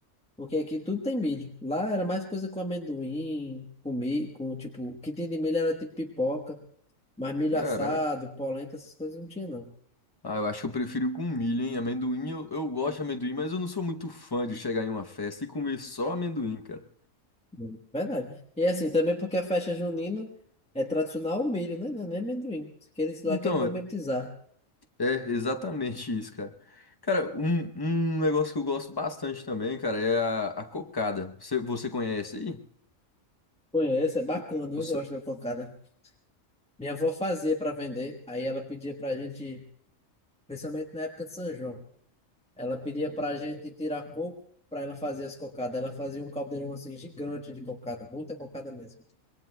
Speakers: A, in the centre; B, on the left (about 20°).
A: Porque aqui tudo tem milho. Lá era mais coisa com amendoim, com milho, com tipo, o que tinha de milho era tipo pipoca, mas milho
B: Caraca.
A: assado, polenta, essas coisas não tinha, não.
B: Ah, eu acho que eu prefiro com milho, hein? Amendoim, eu, eu gosto de amendoim, mas eu não sou muito fã de chegar em uma festa e comer só amendoim, cara.
A: Hum. Verdade. E assim, também porque a festa junina é tradicional o milho, né? Não é nem amendoim. Que eles lá
B: Então,
A: querem gourmetizar.
B: É exatamente isso, cara. Cara, um, um negócio que eu gosto bastante também, cara, é a, a cocada. Você, você conhece aí?
A: Conheço, é bacana,
B: O,
A: eu
B: o sa-
A: gosto da cocada. Minha avó fazia para vender, aí ela pedia para a gente, principalmente na época de São João, ela pedia para a gente tirar coco para ela fazer as cocadas. Ela fazia um caldeirão assim gigante de cocada, muita cocada mesmo.